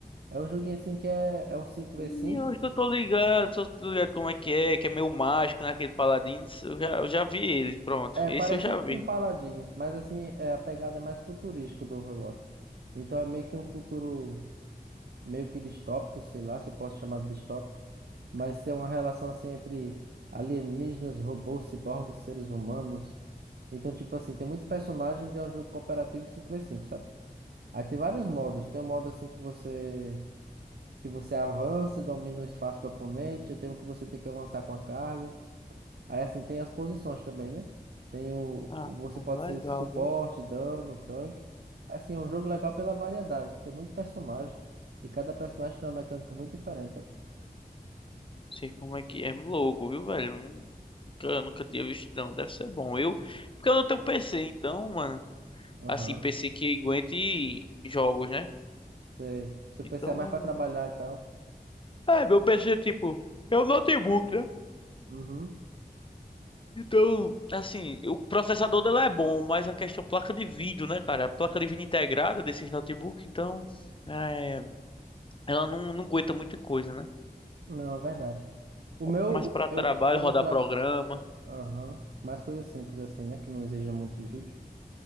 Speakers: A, on the right; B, on the left.
A: É um joguinho assim que é, é um cinco v
B: Hum,
A: cinco.
B: Eu acho que eu tô ligado, tô tô ligado como é que é, que é meio mágico, né? Aquele Paladins. Eu já, eu já vi ele, pronto.
A: É
B: Esse
A: parecido
B: eu já
A: com
B: vi.
A: Paladins, mas assim, é, a pegada é mais futurística do Overwatch. Então é meio
B: Hum.
A: que um futuro meio que distópico, sei lá se eu posso chamar de distópico, mas é uma relação assim entre alienígenas, robôs, ciborgues, seres humanos. Então, tipo assim, tem muitos personagens e é um jogo cooperativo cinco v cinco, sabe? Aí tem vários modos. Tem um modo assim que você que você avança e domina o espaço do oponente, tem um que você tem que avançar com a carga. Aí assim, tem as posições também, né? Tem o,
B: Ah,
A: o- você
B: cara,
A: pode
B: legal,
A: ser suporte, dano, tanque. Assim, é um jogo legal pela variedade, que tem muito personagem e cada personagem tem uma mecânica muito diferente, sabe?
B: Sei como é que é é louco, viu, velho? Nun- Nunca, nunca tinha visto, não. Deve ser bom. Eu, porque eu não tenho PC, então, mano,
A: Aham.
B: assim, PC que aguente jogos, né?
A: Você, seu
B: Então
A: PC é mais
B: não.
A: para trabalhar e tal.
B: É, meu PC, tipo, é um notebook, né?
A: Uhum.
B: Então, assim, o processador dela é bom, mas a questão placa de vídeo, né, cara? A placa de vídeo integrada desses notebooks, então, é, ela não, não aguenta muita coisa, né?
A: Não, é verdade. O
B: É
A: meu,
B: mais para
A: eu,
B: trabalho,
A: como
B: rodar
A: eu trabalho.
B: programa.
A: Aham. Mais coisa simples assim, né? Que não exija muito de vídeo.